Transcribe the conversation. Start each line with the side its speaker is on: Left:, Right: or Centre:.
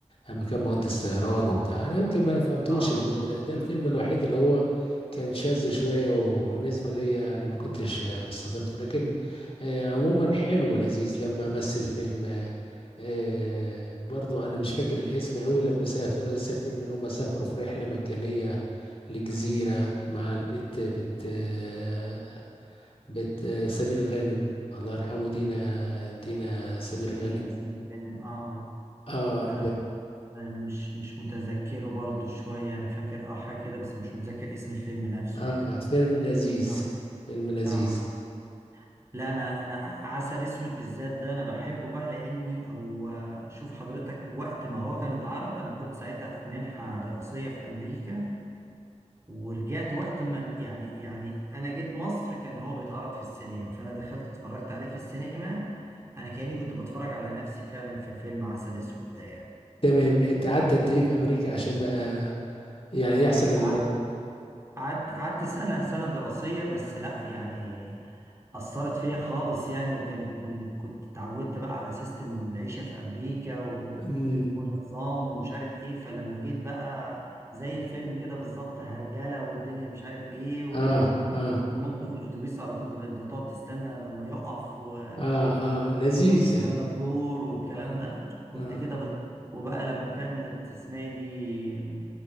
Left: اما كان مهندس طيران وبتاع انا يمكن ما فهمتوش
Right: اه
Left: الفيلم ده ده الفيلم الوحيد اللي هو كان شاذ شويه وبالنسبه ليا يعني ما كنتش آه، مستظرفه لكن آه، عموما حلو ولذيذ لما مثل فيلم آه، آه، برضو انا مش فاكر الاسم قوي لما ساف- مثل فيلم ان هم سافروا في رحله مجانيه لجزيره مع البت بت آه، بت آه، سمير غانم الله يرحمه دينا دينا سمير
Right: دنيا
Left: غانم
Right: سمير غانم اه
Left: اه
Right: آه. انا مش مش متذكره برضو شوية انا فاكر اه حاجة كده بس مش متذكر اسم الفيلم نفسه
Left: اه
Right: يعني
Left: فيلم لذيذ
Right: اه
Left: فيلم لذيذ
Right: اه لا انا انا عسل اسود بالذات ده انا بحبه بقى لاني هو شوف حضرتك وقت ما هو كان اتعرض انا كنت ساعتها في منحة دراسية في امريكا ورجعت وقت ما ال- يعني يعني انا جيت مصر كان هو بيتعرض في السينما فانا دخلت اتفرجت عليه في السينما انا كأني كنت بتفرج على نفسي فعلا في فيلم عسل اسود ده يعني
Left: تمام انت قعدت قد ايه في امريكا عشان بقى يعني يحصل ال
Right: قعدت قعدت قعدت سنة سنة دراسية بس لا يعني أثرت فيا خالص يعني وكانت كنت اتعودت بقى على سيستم العيشة في أمريكا و...
Left: مم.
Right: والنظام ومش عارف إيه فلما جيت بقى زي الفيلم كده بالظبط هرجلة والدنيا مش عارف إيه و...
Left: اه اه
Right: ونط في الأتوبيس على طول أنت هتقعد تستنى لما يقف و...
Left: اه اه لذيذ
Right: وتقعد تستنى
Left: يعني
Right: الدور والكلام
Left: اه
Right: ده كنت
Left: اه
Right: كده بس وبقى لما كانت اسمها إيه دي